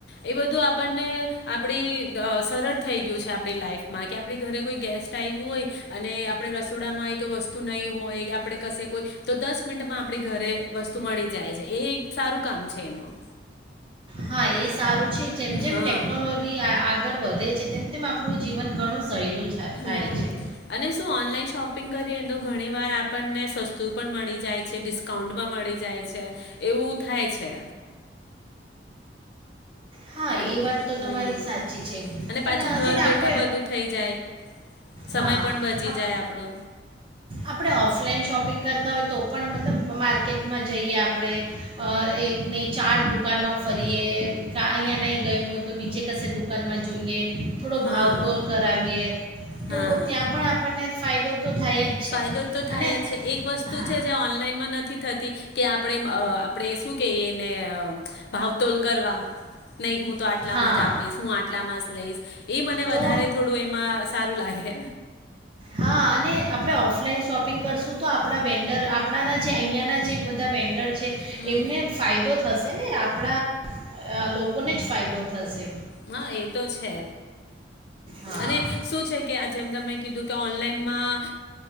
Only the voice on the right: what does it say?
હા એ સારું છે, જેમ જેમ
ટેકનોલોજી આ આવ આગળ વધે છે તેમ તેમ આપણું જીવન ઘણું... સહેલું છા-
થાય છે
હા
એ વાત તો
તમારી સાચી છે,
પણ
છે ને
આપણે...
હા
આપ
આપણે ઓફલાઈન શોપિંગ કરતા હોય તો... તો પણ મતલબ માર્કેટમાં જઈએ આપણે અ એક નહીં ચાર દુકાનમાં ફરીએ ક અહીંયા નહીં ગયમું હોય તો બીજે કશે દુકાનમાં જોઈએ. થોડો
ભાવતોલ કરાવીએ... તો
ત્યાં પણ આપણને... ફાયદો... તો થાય જ છે
અને
હા
હા
તો
હા અને આપણે ઓફલાઈન શોપિંગ કરશું તો આપણા વેન્ડર આપણાના જે અહીંયાના જે બધા વેન્ડર છે
એમને ફાયદો થશે ને આપ આપણા લોકોને જ ફાયદો થશે
હા